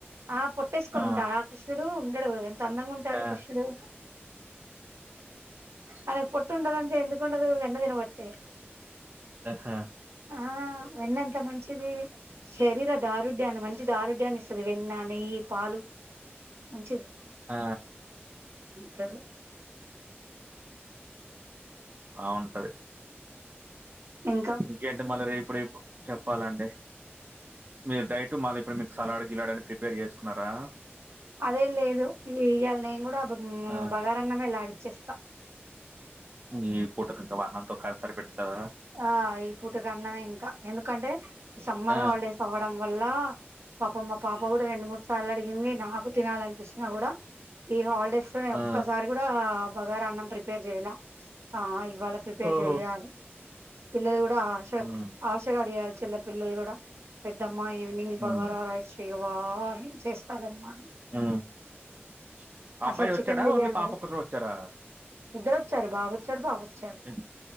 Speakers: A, on the right; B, on the right.
A: ఆ పొట్టేసుకొని
B: ఆ!
A: ఉంటాడా కృష్ణుడు ఉండడు అందంగా ఉంటాడు
B: ఆ!
A: కృష్ణుడు అయనకు పొట్ట ఉండదు అంటే ఎందుకుండదు వెన్న తినబట్టే
B: ఆహా
A: ఆ వెన్న ఎంత మంచిది శరీర ధారుఢ్యాన్ని మంచి ధారుఢ్యాన్ని ఇస్తది వెన్న నెయ్యి పాలు మంచిది
B: ఆ
A: కదు
B: బావుంటది
A: ఇంకా
B: ఇంకేంటి మళ్ళ రేపు రేపు చెప్పాలండి మీరు డైట్ మళ్ళీ ఇప్పుడు మీకు సలాడ్ గిలాడ్ అని ప్రిపేర్ చేసుకున్నరా
A: అదేం లేదు ఇగ ఇయాల నేను కూడా
B: ఆ!
A: బగారన్నమే లాగించ్చేస్తా
B: ఈ పూట కొంచం అన్నంతో కడుపు సరి పెట్టుకుంటరా
A: ఆ ఈ పుటకి అన్నమే ఇంకా ఎందుకంటే సమ్మర్
B: ఆ!
A: హాలిడేస్ అవ్వడం వల్ల పాపం మా పాప కూడా రెండు మూడు సార్లు అడిగింది నాకు తినాలనిపిస్తున్న కూడా ఈ హాలిడేస్ లో నేను
B: ఆ!
A: ఒక్కసారి కూడా బగారా అన్నం ప్రిపేర్ చేయలా ఆ ఇవాళ ప్రిపేర్
B: ఓహో!
A: చెయాలి పిల్లలు కూడా ఆశ
B: హ్మ్
A: ఆశగా అడిగారు చెల్లె పిల్లలు కూడా పెద్దమ్మా ఈవినింగ్
B: హ్మ్
A: బగార రైస్ చెయవా అని చేస్తాలే అమ్మా అని
B: ఆ అబ్బాయి
A: అసలు
B: వచ్చాడా
A: చికెన్ బిర్యానీ
B: ఓన్లీ పాప ఒక్కరే వచ్చారా
A: ఇద్దరు వచ్చారు బాబు వచ్చాడు పాప వచ్చారు
B: హ్మ్.